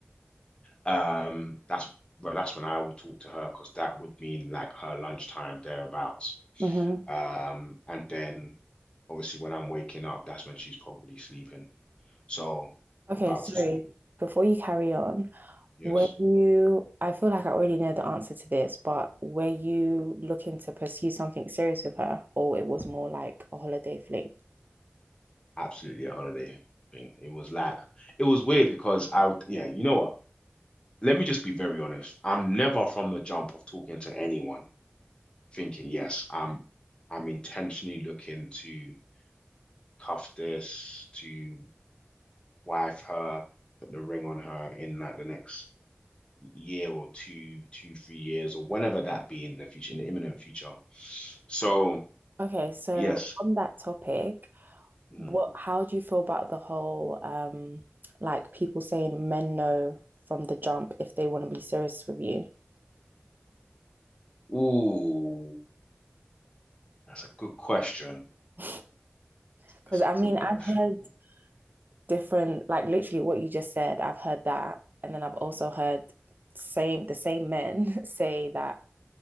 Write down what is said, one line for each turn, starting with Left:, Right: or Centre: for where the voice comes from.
Left: Um, that's well, that's when I will talk to her because that would mean like her lunchtime thereabouts.
Right: hmm
Left: Um, and then obviously when I'm waking up, that's when she's probably sleeping. So
Right: Okay,
Left: about
Right: sorry.
Left: to sleep.
Right: Before you carry on,
Left: Yes,
Right: Were you, I feel like I already know the answer to this, but were you looking to pursue something serious with her, or it was more like a holiday fling?
Left: absolutely a holiday thing. It was like it was weird because I would yeah, you know what? let me just be very honest. I'm never from the jump of talking to anyone thinking, yes, I'm I'm intentionally looking to cuff this, to wife her, put the ring on her in like the next year or two, two, three years, or whenever that be in the future, in the imminent future. So
Right: Okay, so
Left: yes.
Right: on that topic,
Left: mhm.
Right: what how do you feel about the whole um like people saying men know from the jump if they want to be serious with you?
Left: Ooh, that's a good question.
Right: <laughs> Because
Left: That's
Right: I
Left: a
Right: mean,
Left: good question.
Right: I've heard different, like literally what you just said, I've heard that. And then I've also heard same the same men <laughs> say that